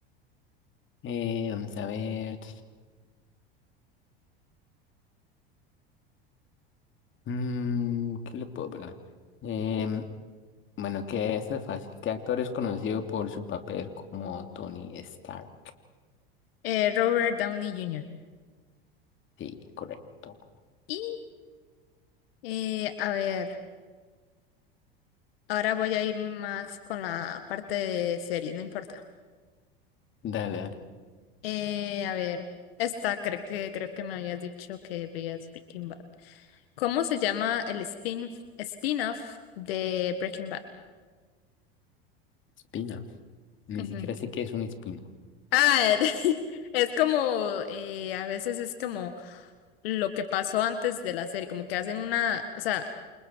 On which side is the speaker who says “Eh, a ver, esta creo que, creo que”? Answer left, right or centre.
Left